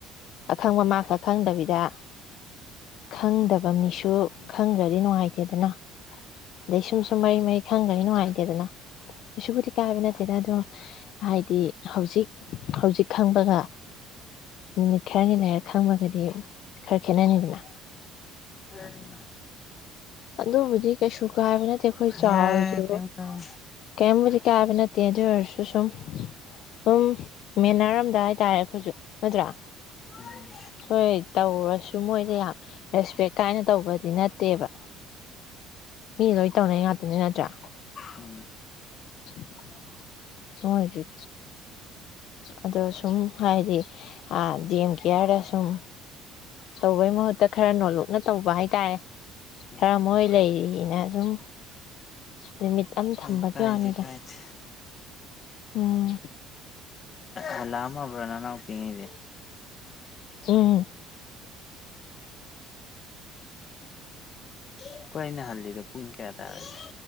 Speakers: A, on the left (about 50°); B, on the left (about 30°).
A: ꯑꯈꯪꯕ ꯃꯥ ꯈꯛ ꯈꯪꯗꯕꯤꯗ ꯈꯪꯗꯕ ꯃꯤꯁꯨ ꯈꯪꯈ꯭ꯔꯗꯤ ꯅꯨꯡꯉꯥꯏꯇꯦꯗꯅ ꯑꯗꯩ ꯁꯨꯝ ꯁꯨꯝ ꯃꯩ ꯃꯩ ꯈꯪꯒꯅꯤ ꯅꯨꯡꯉꯥꯏ ꯇꯦꯗꯅ ꯀꯩꯁꯨꯕꯨꯗꯤ ꯀꯥꯏꯕ ꯅꯠꯇꯦꯗ ꯑꯗꯣ ꯍꯥꯏꯗꯤ ꯍꯧꯖꯤꯛ ꯍꯧꯖꯤꯛ ꯈꯪꯕꯒ ꯅꯨꯃꯤꯠ ꯈꯔꯅꯤ ꯂꯩꯔ ꯈꯪꯕꯒꯗꯤ ꯈꯔ ꯈꯦꯠꯅꯅꯤꯗꯅ
B: ꯎꯝ
A: ꯑꯗꯨꯕꯨꯗꯤ ꯀꯩꯁꯨ ꯀꯥꯏꯕ ꯅꯠꯇꯦ ꯑꯩꯈꯣꯏ ꯆꯥꯎꯔꯁꯨ
B: ꯌꯥꯏ ꯀꯩꯝ ꯈꯜꯂꯨꯅꯨ
A: ꯀꯔꯤꯝꯕꯨꯗꯤ ꯀꯥꯏꯕ ꯅꯠꯇꯦ ꯑꯗꯨ ꯑꯣꯏꯔꯁꯨ ꯁꯨꯝ ꯁꯨꯝ ꯃꯦꯅꯔ ꯑꯝꯗ ꯍꯥꯏꯇꯥꯔꯦ ꯑꯩꯈꯣꯏꯁꯨ ꯅꯠꯇ꯭ꯔꯥ ꯑꯩꯈꯣꯏ
B: ꯎꯝ
A: ꯇꯧꯔꯁꯨ ꯃꯣꯏꯗ ꯌꯥꯝ ꯔꯦꯁꯄꯦꯛ ꯀꯥꯏꯅ ꯇꯧꯕꯗꯤ ꯅꯠꯇꯦꯕ ꯃꯤ ꯂꯣꯏ ꯇꯧꯅ ꯉꯥꯛꯇꯅꯤ ꯅꯠꯇ꯭ꯔꯥ
B: ꯎꯝ ꯎꯝ
A: <inaudible> ꯍꯣꯏꯁꯨ ꯑꯗꯣ ꯁꯨꯝ ꯍꯥꯏꯗꯤ ꯗꯤ ꯑꯦꯝ ꯀꯦꯌꯥꯔꯗ ꯁꯨꯝ ꯇꯧꯕꯩ ꯃꯍꯨꯠꯇ ꯈꯔ ꯅꯣꯠꯂꯨꯛꯅ ꯇꯧꯕ ꯍꯥꯏ ꯇꯥꯔꯦ
B: ꯎꯝ
A: ꯈꯔ ꯃꯣꯏ ꯂꯩꯔꯤꯅ ꯁꯨꯝ ꯅꯨꯃꯤ ꯌꯥꯝ
B: ꯀꯥꯏ
A: ꯊꯝꯕꯒꯤ
B: ꯀꯥꯏꯗꯦ
A: ꯋꯥꯅꯤꯗ
B: ꯀꯥꯏꯗꯦ
A: ꯑꯣ
B: ꯍꯜꯂꯛꯑꯝꯃꯕꯔꯥ ꯅꯅꯥꯑꯣꯄꯤꯒꯩꯗꯤ
A: ꯎꯝ
B: ꯑꯩꯈꯣꯏ ꯑ ꯅꯍꯜꯂꯤꯗꯣ ꯄꯨꯡ ꯀꯌꯥ ꯇꯥꯔꯒꯦ